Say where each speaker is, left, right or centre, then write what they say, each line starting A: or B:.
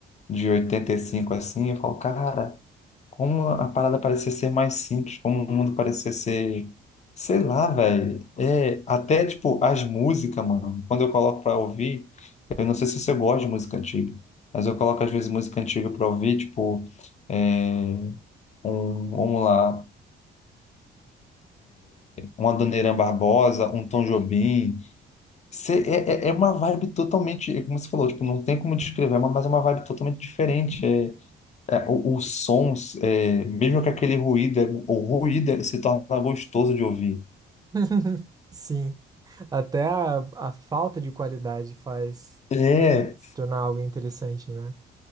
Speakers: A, on the left (about 35°); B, on the right (about 20°).
A: de 85 assim, eu falo, cara, como a parada parecia ser mais simples, como o mundo parecia ser, sei lá, velho. É, até tipo as músicas, mano. Quando eu coloco pra ouvir, eu não sei se você gosta de música antiga, mas eu coloco às vezes música antiga pra ouvir, tipo, é, um, vamos lá, um Adoniran Barbosa, um Tom Jobim. Cê- é, é é uma vibe totalmente, é como você falou, tipo, não tem como descrever, mas é uma vibe totalmente diferente. É, É, o- os sons, é, mesmo que aquele ruído, é- o ruído é- se torna gostoso de ouvir.
B: <laughs> Sim, até a, a falta de qualidade faz
A: É,
B: se tornar algo interessante, né?